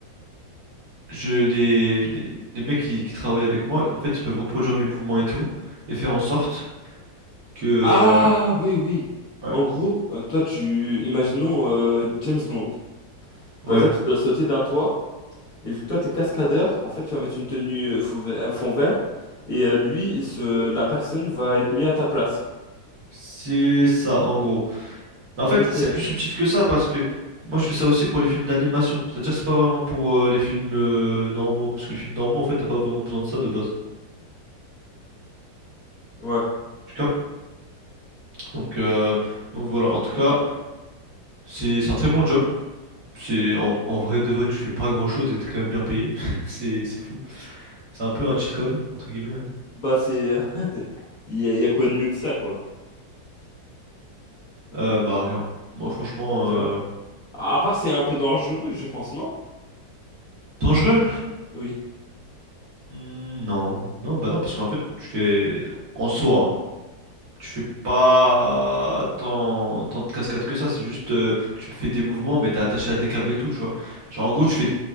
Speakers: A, on the right; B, on the left.
A: je les, les, les mecs qui, qui travaillent avec moi, en fait, ils peuvent reproduire mes mouvements et tout, et faire en sorte que... euh,
B: Ah, oui, oui.
A: ouais,
B: En gros, euh, toi, tu... Imaginons euh, James Bond.
A: ouais,
B: Par exemple, il doit sauter d'un toit, et vu que toi, t'es cascadeur, en fait, tu vas mettre une tenue euh, fou- euh, fond vert, et euh, lui, ce... la personne va être mise à ta place.
A: c'est ça, en gros. Mais en fait,
B: Ok,
A: c'est plus subtil que ça, parce que moi, je fais ça aussi pour les films d'animation. C'est-à-dire que c'est pas vraiment pour euh, les films euh, normaux, parce que les films normaux, en fait, t'as pas vraiment besoin de ça de base.
B: ouais.
A: Tu captes? Donc, euh, donc voilà, en tout cas, c'est c'est un très bon job. C'est en, en vrai de vrai, tu fais pas grand-chose et t'es quand même bien payé. <laughs> C'est c'est fou. C'est un peu un cheat code, entre guillemets. hein.
B: Bah, c'est... <laughs> Il y a, il y a quoi de mieux que ça, quoi.
A: Euh, bah rien. Moi franchement,
B: Ouais, tu
A: euh,
B: vois? À part, c'est un peu dangereux, je pense, non?
A: dangereux?
B: Oui.
A: Hmm, Non, non, bah non, parce qu'en fait tu fais en soi, hein, tu fais pas tant, tant de cascades que ça. C'est juste, euh, tu fais des mouvements, mais t'es attaché à des câbles et tout, tu vois. Genre en gros tu fais,